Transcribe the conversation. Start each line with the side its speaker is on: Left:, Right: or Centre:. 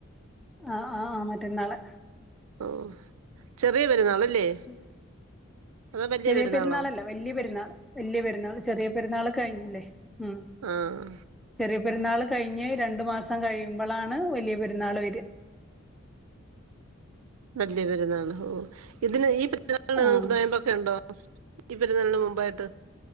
Centre: ആഹ് ആഹ് ആ മറ്റേന്നാളെ
Right: ഓ ചെറിയ പെരുന്നാളല്ലേ
Centre: <inaudible>
Right: അതോ വലിയ
Centre: ചെറിയ
Right: പെരുന്നാളോ
Centre: പെരുന്നാളല്ല. വലിയ പെരുന്നാൾ, വലിയ പെരുന്നാൾ, ചെറിയ പെരുന്നാൾ കഴിഞ്ഞില്ലേ ഉം
Right: ആഹ്
Centre: ചെറിയ പെരുന്നാൾ കഴിഞ്ഞ് രണ്ടു മാസം കഴിയുമ്പോളാണ് വലിയ പെരുന്നാള് വരുക
Right: വലിയ പെരുന്നാൾ. ഓ. ഇതിന് ഈ പെരുന്നാളിന്
Centre: ആഹ്
Right: നോമ്പ് ഒക്ക ഉണ്ടോ ഈ പെരുന്നാളിന് മുമ്പായിട്ട്